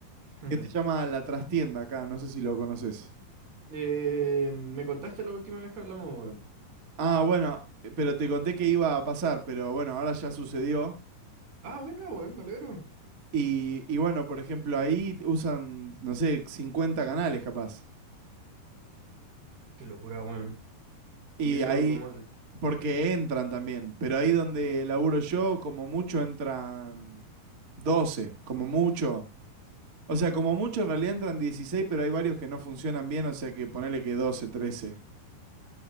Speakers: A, on the right; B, on the right.
A: <laughs>
B: que se llama La Trastienda acá, no sé si lo conoces.
A: Eh, me contaste la última vez que hablamos, weón.
B: Ah, bueno, eh, pero te conté que iba a pasar, pero bueno, ahora ya sucedió.
A: Ah, bueno, weón, me alegro.
B: Y, y bueno, por ejemplo, ahí usan, no sé, 50 canales capaz.
A: Qué locura, weón.
B: Y
A: Y eso
B: ahí,
A: como...
B: porque entran también, pero ahí donde laburo yo, como mucho entran 12, como mucho. O sea, como mucho en realidad entran 16, pero hay varios que no funcionan bien, o sea que ponele que doce, trece.